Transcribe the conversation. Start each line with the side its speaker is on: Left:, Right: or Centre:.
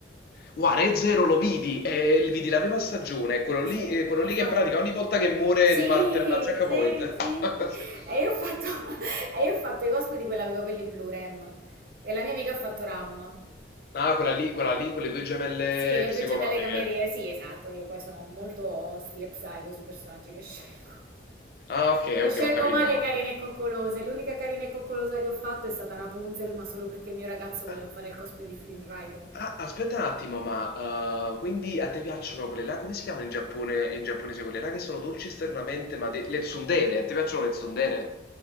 Left: guarda, Re Zero lo vidi, eh, il- vidi la prima stagione, quello
Right: Sì,
Left: lì, eh, quello
Right: ho
Left: lì
Right: fatto...
Left: che in pratica ogni volta che muore
Right: Sì,
Left: riparte da checkpoint.
Right: sì, sì,
Left: <laughs>
Right: sì. E io ho fatto, <laughs> e io ho fatto i cosplay di quella con i capelli blu, Rem. E la mia amica ha fatto Ram.
Left: Ah, quella lì, quella lì con le due gemelle
Right: Sì, le
Left: psicopatiche.
Right: due gemelle cameriere, sì, esatto, io poi sono molto stile psycho sui personaggi che scelgo.
Left: Ah, ok,
Right: Non scelgo
Left: ok, ho capito.
Right: mai le carine e coccolose, l'unica carina e coccolosa che ho fatto è stata Rapunzel, ma solo perché il mio ragazzo voleva
Left: Ah,
Right: fare il cosplay di Flynn Raiden.
Left: ah, aspetta un attimo, ma eh, quindi a te piacciono quelle là? Come si chiamano in Giappone, in giapponese quelle là che sono dolci esternamente, ma de- le tsundere? A te piacciono le tsundere?